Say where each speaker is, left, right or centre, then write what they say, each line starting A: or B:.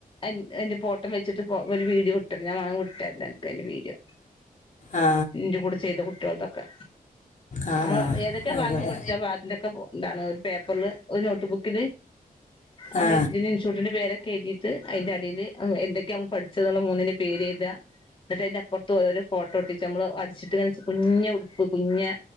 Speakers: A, on the left (about 35°); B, on the left (about 55°).
A: അയിന്റെ ഫോട്ടം വെച്ചിട്ട് ഫോ ഒര് വീഡീയോ വിട്ടേ ഞാൻ ഒരു വീഡിയോ വിട്ടേരെൻഡ് അനക്ക്
B: ആ
A: എന്റെകൂടെ ചെയ്തോ ട്ടിയാൾതൊക്കെ
B: ആ ആ
A: അമ ഏതൊക്കെ
B: ആയിക്കോട്ടെ
A: ഭാഗങ്ങൾ പഠിച്ച അതിന്റക്കെ ന്താണ് ഒരു പേപ്പറിൽ ഒരു നോട്ടബുക്കിന് നമ്മള്
B: ആ
A: ഇതിഇൻസ്റ്റുട്ടിന്റെ പേരൊക്കെ എയ്തീട്ട് അതിന്റ അടില് എന്തൊക്കെയ നമ്മള് പഠിച്ചത് ന്നുള്ള മൂന്നിന്റെ എഴുതുക എന്നിട്ട് അയ്ന്റെ അപ്പൊർത്തോ ഓരോ ഫോട്ടോ ഒട്ടിച്ച് അടിച്ചിട്ടിങ്ങനെ- കുഞ്ഞെ ഉടുപ്പ് കുഞ്ഞെ